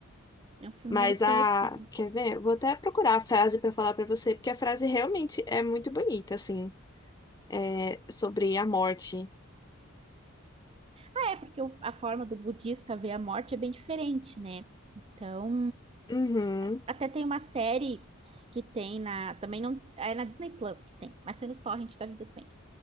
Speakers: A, on the right; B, on the left.
A: É um filme
B: Mas
A: menos conhecido,
B: a.
A: então.
B: Quer ver? Vou até procurar a frase para falar para você, porque a frase realmente é muito bonita, assim. É sobre a morte.
A: Ah, é, porque o- a forma do budista ver a morte é bem diferente, né? Então,
B: Uhum,
A: a- até tem uma série que tem na. Também não. É na Disney Plus que tem, mas tem nos torrent da vida também.